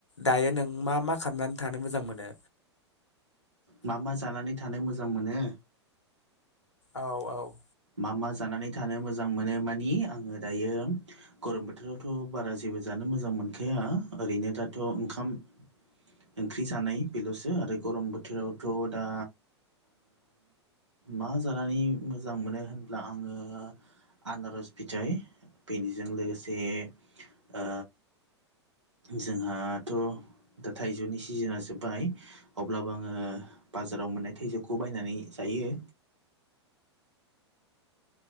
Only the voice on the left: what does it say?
दायो नों मा मा खालामनानै थानो मोजां मोनो?
औ औ